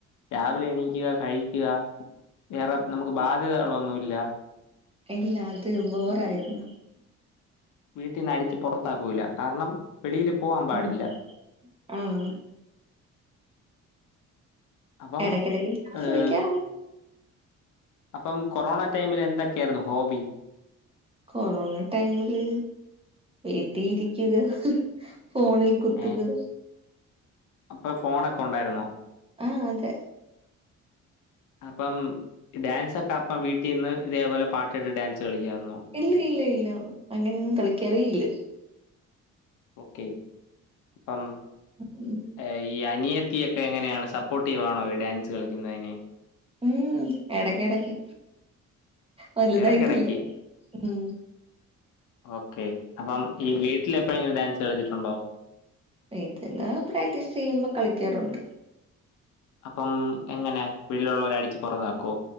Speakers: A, on the left (about 80°); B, on the right (about 20°).
A: രാവിലെ എണീക്കുക കഴിക്കുക വേറെ നമുക്ക് ബാധ്യതകളൊന്നുമില്ല
B: ഇല്ല അത് ബോറായിരുന്നു
A: വീട്ടിനടിച്ച് പുറത്താക്കൂല്ല കാരണം വെളിയില് പോവാൻ പാടില്ല
B: ആഹ് ആഹ്
A: അപ്പം
B: ഇടയ്ക്കിടയ്ക്ക്
A: ഏഹ്,
B: ചോയ്ക്കാറുണ്ട്
A: അപ്പം കൊറോണ ടൈമിൽ എന്തൊക്കെയായിരുന്നു ഹോബി
B: കൊറോണ ടൈമില് എത്തിയിരിക്കുക ഫോണിൽ കുത്തുക
A: ഏഹ്?
B: ബ <inaudible>
A: അപ്പം ഫോണൊക്കെ ഉണ്ടായിരുന്നോ
B: ആഹ് അതെ
A: അപ്പം ഡാൻസ് ഒക്കെ അപ്പം വീട്ടിന്ന് ഇതേപോലെ പാട്ടിട്ട് ഡാൻസ് കളിക്കുമായിരുന്നു.
B: ഇല്ല ഇല്ല ഇല്ല അങ്ങനെയൊന്നും കളിക്കാറേ ഇല്ല
A: ഓക്കെ അപ്പം
B: ഉം <inaudible>
A: ഏഹ്, ഈ അനിയത്തിയൊക്കെ എങ്ങനെയാണ് സപ്പോർട്ടീവാണോ ഈ ഡാൻസ് കളിക്കുന്നതിന്
B: ഉം എടക്ക് എടക്ക് വലുതായിട്ടില്ല
A: ഇടയ്ക്കിടയ്ക്ക്.
B: ഉം
A: ഓക്കെ അപ്പം ഈ വീട്ടിൽ എപ്പോഴെങ്കിലും ഡാൻസ് കളിച്ചിട്ടുണ്ടോ
B: വീട്ടിന്ന് പ്രാക്ടീസ് ചെയ്യുമ്പോ കളിക്കാറുണ്ട്
A: അപ്പം എങ്ങനെ വീട്ടിലുള്ളവരെ അടിച്ച് പുറത്താ കൊ